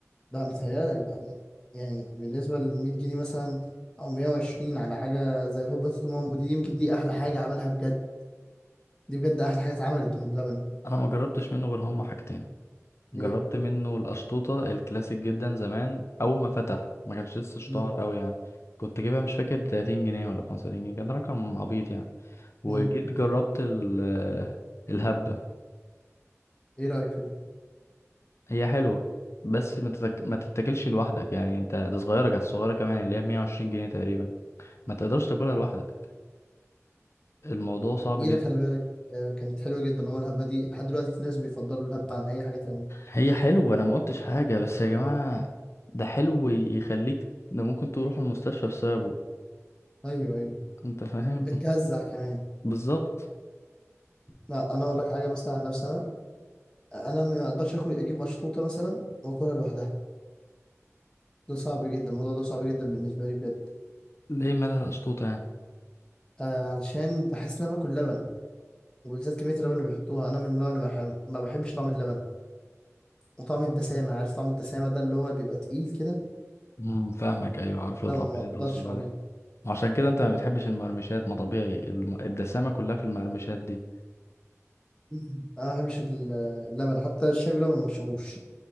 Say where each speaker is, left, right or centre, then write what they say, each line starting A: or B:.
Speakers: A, on the left; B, on the left.
A: ده متهيألك ده يعني بالنسبه لل 100 جنيه مثلا او 120 على حاجه زي الهوبا تيتو مامبو دي يمكن دي احلى حاجه عملها بجد دي بجد احلى حاجه اتعملت من بلبن
B: انا ما جربتش منه غير هما حاجتين
A: ليه
B: جربت منه القشطوطة الكلاسيك جدا زمان اول ما فتح ما كانش لسه اشتهر
A: امم
B: اوي يعني كنت جايبها مش فاكر ب 30 جنيه ولا 35 جنيه كان رقم عبيط يعني وجيت
A: ايوه
B: جربت ال الهبة
A: ايه رايك فيه
B: هي حلوة بس ما تتك... ما تتاكلش لوحدك يعني انت ده صغيرة كانت صغيرة كمان اللي هي ب 120 جنيه تقريبا ما تقدرش تاكلها لوحدك الموضوع صعب
A: جميله
B: جدا
A: خلي بالك آه، كانت حلوه جدا عمر الهبه دي لحد دلوقتي في ناس بيفضلوا الهبه عن اي حاجه تانية
B: هي حلوة انا ما قلتش حاجة بس يا جماعة ده حلو يخليك ده ممكن تروح المستشفى بسببه
A: ايوه ايوه
B: انت فاهم
A: بتجزع كمان
B: <laughs> بالظبط
A: لا انا اقول لك حاجه مثلا عن نفسي انا انا ما اقدرش اكل اجيب اشطوطه مثلا واكلها لوحدها ده صعب جدا الموضوع ده صعب جدا بالنسبة لي بجد
B: ليه مالها القشطوطة يعني
A: آه علشان بحس ان انا باكل لبن وبالذات كمية اللبن اللي بيحطوها انا من النوع اللي بحب... ما بحبش طعم اللبن وطعم الدسامة عارف طعم الدسامة ده اللي هو بيبقى تقيل كده
B: امم فاهمك ايوه عارف الطعم
A: لا ما
B: اللي
A: اقدرش
B: انت تقصد عليه
A: عليه
B: عشان كده انت ما بتحبش المقرمشات ما طبيعي الم... الدسامة كلها في المقرمشات دي
A: مم. انا ما بحبش ال- اللبن حتى الشاي بلبن ما بشربوش